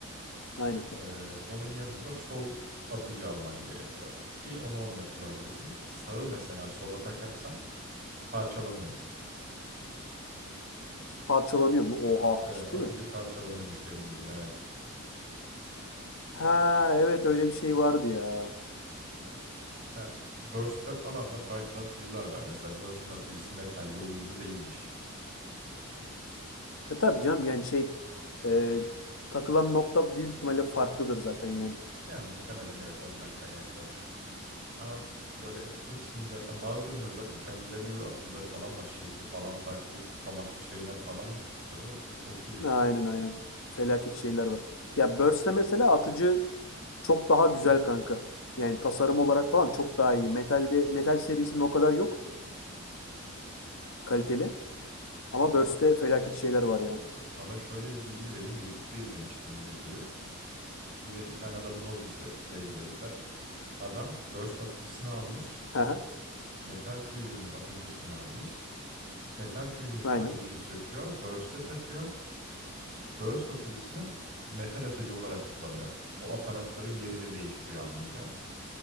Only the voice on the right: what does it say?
Ee, onun yanında sol atıcı alman gerekiyor ki onu onunla kullanabilirsin. Sağı mesela sola takarsan parçalanıyormuş.
Evet,
atıcı
parçalanıyormuş benim bildiğim. Evet.
Ha, Burst'te falan da farklı atıcılar var. Mesela Burst'un atıcısı metalle uyumlu değilmiş.
Yani muhtemelen evet ondan kaynaklanıyor. Ama böyle hepsinin zaten bazılarının özellikle kendilerine göre atıcıları falan var. Şekli falan farklı, tutamaçlı şeyler falan yapmışlar oğlum. Çok iyi.
Sa-
sana şöyle bir bilgi vereyim. YouTube'da izlemiştim bu videoyu. Yine bir tane adamın hobisi Beyblade'ler. Adam Burst atıcısını almış.
Metal Fusion'ın atıcısını almış. Metal Fusion'daki
atıcıyı söküyor. Burst'e takıyor. Burst atıcısını metal atıcı olarak kullanıyor. O aparatların yerini değiştiriyor anlayacağın.